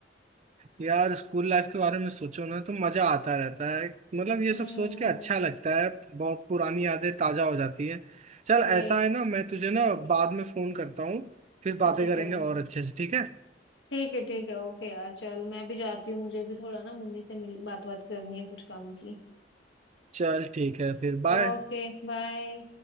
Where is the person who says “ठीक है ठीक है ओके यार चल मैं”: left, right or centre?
Left